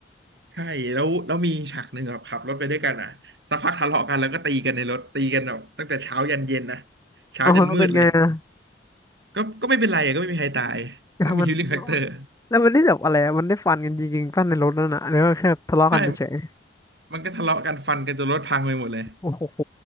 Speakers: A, on the right; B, on the left.
A: ใช่แล้วแล้วมีฉากหนึ่งแบบขับรถไปด้วยกันอ่ะสักพักทะเลาะกันแล้วก็ตีกันในรถตีกันแบบตั้งแต่เช้ายันเย็นนะ
B: <laughs>
A: เช้าจนมืดเลย
B: อ๋อแล้วเป็นไงอะ
A: ก็ก็ไม่เป็นไรอะก็ไม่มีใครตายก็มีฮีลลิ่งแฟกเตอร์
B: ก็มันแล้วมันได้แบบอะไรอะมันได้ฟันกันจริงๆฟันในรถนั่นน่ะหรือว่าแค่ทะเลาะกันเฉย
A: ใช่มันก็ทะเลาะกันฟันกันจนรถพังไปหมดเลย
B: ๆโอ้โห